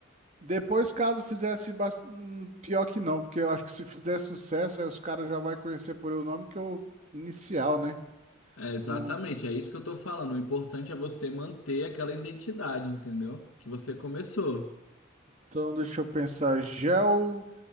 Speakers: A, on the right; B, on the left.
A: Depois, caso fizesse bas- hum, pior que não, porque eu acho que se fizer sucesso, aí os caras já vai conhecer por o nome que eu inicial, né?
B: É, exatamente,
A: Não-
B: é isso que eu tô falando. O importante é você manter aquela identidade, entendeu? Que você começou.
A: Então, deixa eu pensar. Gel